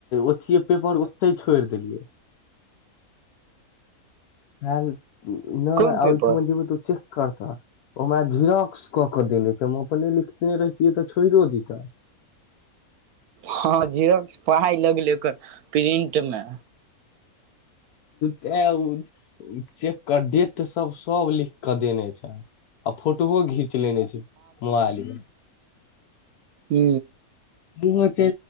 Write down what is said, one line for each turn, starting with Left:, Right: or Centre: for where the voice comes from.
Left: ओथियए पेपर ओतहि छोड़ि देलियै ह न
Right: कोन
Left: आइठम
Right: पेपर
Left: जेबय त ऊ चेक कर कर ओहिमाहे झिरॉक्स कऽ के देले हम अपन एलि लिखिने रहितियै तऽ छोइड़ो दितै
Right: हँ जिरक्स पढ़ाइ लगलै प्रिंट मे
Left: तैं उ तै चेककर डेट सब सब लिख कऽ देने छैय आ फोटोओ घीच लेने छै मोबाइलमे
Right: हू
Left: हो च